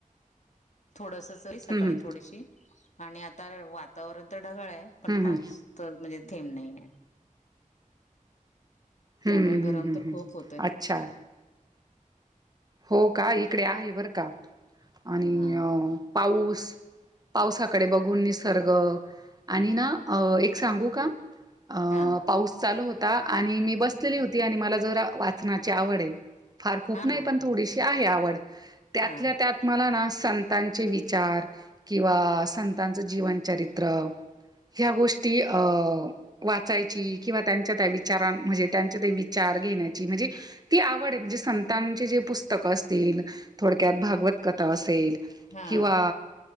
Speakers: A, on the left; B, on the right.
A: थोडस- सकाळी
B: हम्म
A: थोडीशी आणि आता वातावरण तर ढगाळ आहे पण
B: हम्म
A: पाऊस
B: हम्म
A: तर म्हणजे- थेम नाही आहे.
B: हम्म
A: त्यामुळे
B: हम्म
A: गरम
B: हम्म
A: तर
B: हम्म
A: खूप होतय.
B: अच्छा हो का इकडे आहे बरं का आणि
A: हा
B: पाऊस- पावसाकडे बघून निसर्ग आणि ना एक सांगू का- अ
A: हा
B: पाऊस चालू होता आणि मी बसलेली होती आणि मला जर वाचनाची आवड - फार खूप
A: हा
B: नाही-
A: ना
B: तसे आहे आवड त्यातल्या
A: हा
B: त्यात मला ना अस- संतांचे विचार किंवा संतांचं जीवनचरित्र- ह्या गोष्टी अ- वाचायची किंवा त्यांच्या त्या विचारां म्हणजे त्यांच्या त्या विचार घेण्याची म्हणजे ती आवड- म्हणजे संतांचे जे पुस्तकं असतील थोडक्यात भागवत कथा असेल.
A: हा
B: किंवा